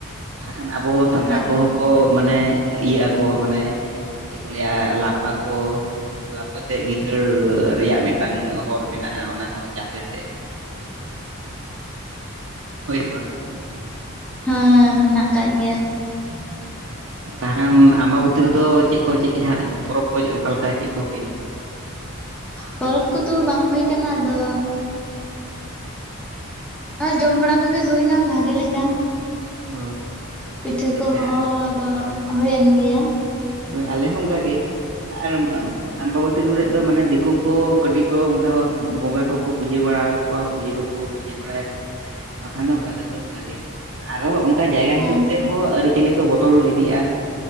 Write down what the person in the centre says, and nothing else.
ᱦᱮᱸ
ᱦᱮ ᱢᱮᱱᱟᱜ ᱠᱟᱜ ᱜᱮᱭᱟ᱾
ᱯᱚᱨᱚᱵᱽ ᱠᱚᱫᱚ ᱵᱟᱝ ᱦᱩᱭ ᱠᱟᱱᱟ ᱟᱫᱚᱼᱼ ᱚᱱᱟ ᱡᱚᱢ ᱵᱟᱲᱟ ᱠᱚᱜᱮ ᱦᱩᱭᱱᱟ ᱵᱷᱟᱜᱮ ᱞᱮᱠᱟ᱾
ᱯᱤᱴᱷᱟᱹ
ᱠᱚᱦᱚᱸ ᱫᱚ
ᱦᱩᱭᱮᱱ ᱜᱮᱭᱟ᱾
ᱦᱮᱸ